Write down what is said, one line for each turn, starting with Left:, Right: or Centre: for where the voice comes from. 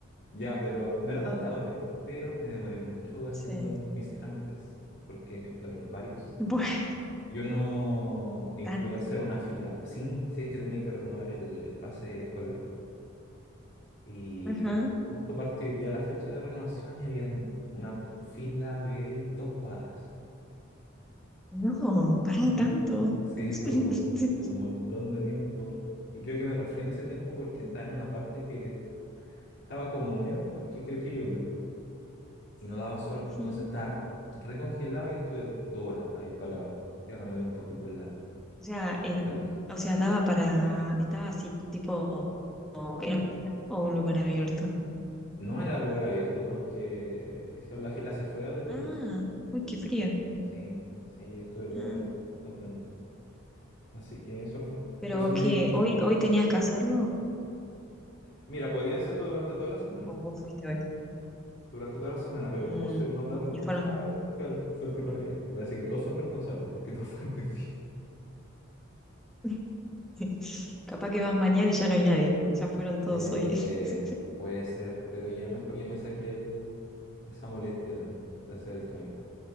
Left: Ya, pero no era tan tarde, pero me demoré mucho haciendo
Centre: sí. <laughs>
Left: mis trámites porque fueron varios.
Centre: Bueno,
Left: Yo no incluía
Centre: tan,
Left: hacer una fila. Sí, sí es que tenía que renovar el, el pase escolar. Y
Centre: ajá.
Left: justo partió hoy día la fecha de renovación y habían una fila de dos cuadras.
Centre: No, para
Left: Sí,
Centre: tanto.
Left: Sí,
Centre: <laughs>
Left: estuve un, mon- un montón de tiempo. Y creo que me refiero a ese tiempo porque
Centre: Sí.
Left: estaba en una parte que estaba como húmedo porque creo que llovió y no daba sol.
Centre: Ujú.
Left: Entonces estaba recongelado y estuve dos horas ahí parado. Y ahora me duele un poquito la,
Centre: O sea, eh,
Left: la faringe.
Centre: o sea, daba para, estaba así, tipo, ¿era un pasaje o un lugar abierto?
Left: No era lugar abierto porque hicieron la fila hacia afuera del local.
Centre: Ah, uy, qué
Left: Y
Centre: frío.
Left: sí, sí, yo estuve dos
Centre: Ah,
Left: horas contando. Así que eso fue.
Centre: pero
Left: Por eso no
Centre: ¿qué?
Left: llegué.
Centre: ¿Hoy, hoy tenías que hacerlo?
Left: Mira, podía hacerlo durante toda la semana.
Centre: ¿O vos fuiste hoy?
Left: Durante toda la semana, pero
Centre: Mm,
Left: como soy un hombre responsable,
Centre: y fueron.
Left: fue el, fue el primer día. Me parece que todos son responsables porque todos <laughs> fueron hoy día.
Centre: <laughs> <laughs> Capaz que vas mañana y ya no hay nadie. Ya fueron todos
Left: Eh,
Centre: hoy. <laughs>
Left: puede ser, pero ya mejor ya me saqué el, esa molestia de, de hacer el trámite.